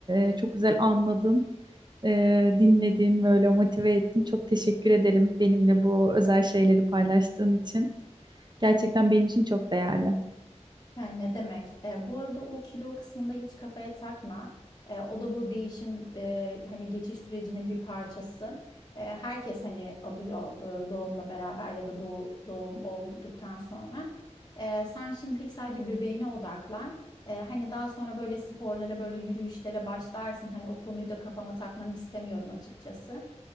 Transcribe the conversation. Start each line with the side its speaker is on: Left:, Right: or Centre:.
Right: e, çok güzel anladın, e, dinledin, böyle motive ettin. Çok teşekkür ederim benimle bu özel şeyleri paylaştığın için. Gerçekten benim için çok değerli.
Left: Yani ne demek? E, bu arada o kilo kısmında hiç kafaya takma. E, o da bu değişim e, hani geçiş sürecinin bir parçası. E, herkes hani alıyor e, doğumla beraber ya da doğ- doğum olduktan sonra. E, sen şimdilik sadece bebeğine odaklan. E, hani daha sonra böyle sporlara böyle yürüyüşlere başlarsın. Hani o konuyu da kafana takmanı istemiyorum açıkçası.